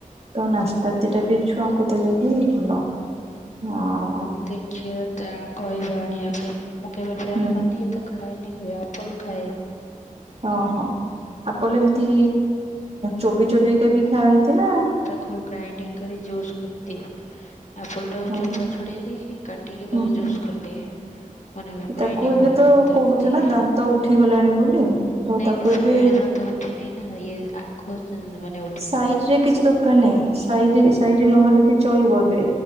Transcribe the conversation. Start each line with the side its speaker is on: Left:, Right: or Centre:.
Right: ତ ନାସପାତି
Left: ହୁଁ ହୁଁ
Right: ଟାବି ଛୁଆ ତା କୁ ଦେଲେ ବି ଭଲ ହଁ।
Left: ହୁଁ ଦେଖିବା ତା କହିଵା ଆଣିଵା ପାଇଁ ମୁଁ କେବେ ଟ୍ରାଏ
Right: ହୁଁ
Left: କରିନି। ତ ଖାଇନି କେବେ ଆପଲ ଖାଏ।
Right: ଓହୋ ଆପଲ ଏମିତି ଚୋବି ଚୋବି କେବି ଖାଆନ୍ତି ନା
Left: କୁ ଗ୍ରାଇଡିଙ୍ଗ କରି ଜୁଜ କରିଦି ଆପୁଲ ଟାକୁ
Right: ଓ
Left: ଚୋପା
Right: ହୁଁ
Left: ଛଡେଇ ଦେଇକିା ଟିକେ ତାକୁ
Right: ହୁଁ।
Left: ଜୁସ୍ କରିଦିଏ। ମାନେ ଗ୍ରାଇଣ୍ଡିଙ୍ଗ୍
Right: ତାକୁ ଏବେ
Left: କରିଦିଏ
Right: ତ
Left: ତାକୁ
Right: କହୁଛ
Left: ଦିଏ
Right: ନା ଦାନ୍ତ ଉଠିଗଲାଣି ବୋଲି ତ
Left: ନାଇଁ
Right: ତାକୁ
Left: ସାଇଡ୍
Right: ଏବେ
Left: ଦାନ୍ତ ନେ ନା ଇଏ ଆଖୁ <unintelligible>
Right: ସାଇଡ୍ ରେ କିଛି ଦକାର ନାହିଁ। ସାଇଡ୍ ସାଇଡ୍ ରେ ନହେଲେ ବି ଚଳିବ ଏବେ